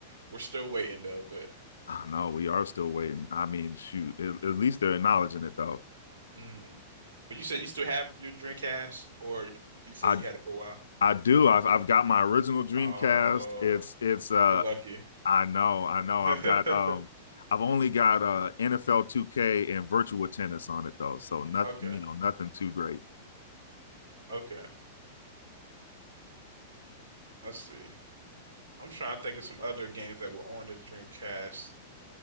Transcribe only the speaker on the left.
I know we are still waiting. I mean, shoot, at, at least they're acknowledging it though.
I
I do. I've I've got my original Dreamcast.
It's it's uh
I know, I know.
I've got um I've only got uh NFL 2K and virtual tennis on it though. So nothing,
you know, nothing too great.